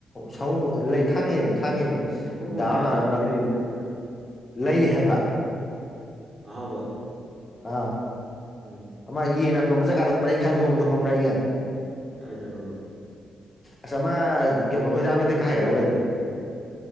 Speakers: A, on the left; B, on the right.
A: ꯁꯨꯕ ꯂꯩ ꯈꯪꯉꯦꯅꯦ ꯈꯪꯉꯦꯅꯦ
B: ꯁꯑꯣꯡ ꯍꯣꯡꯅ
A: ꯗꯥꯎꯔ
B: ꯅꯠꯇꯕ
A: ꯅꯥꯎ ꯃꯔꯛꯇ
B: ꯍꯥꯏꯊꯈꯤꯕꯩ ꯂꯥꯏꯟꯗ
A: ꯂꯩ ꯍꯥꯏꯕ
B: ꯑꯍꯥꯎꯕ
A: ꯑꯥ
B: ꯎꯝ
A: ꯑꯃ ꯌꯦꯟ ꯌꯥꯝ ꯌꯣꯟꯕ ꯖꯒꯥꯗꯣ ꯐꯔꯦꯛ ꯏꯟꯁꯥꯡꯗ ꯌꯣꯟꯕꯗꯣ ꯈꯪꯕ꯭ꯔꯥ ꯌꯦꯟ
B: ꯀꯥꯏꯗꯅꯣꯕ
A: ꯑꯆꯥ ꯃꯥ ꯀ ꯍꯣꯏꯗꯥꯛ ꯅꯠꯇꯦꯛ ꯈꯥꯏꯒꯠꯂ ꯂꯩꯕꯗꯣ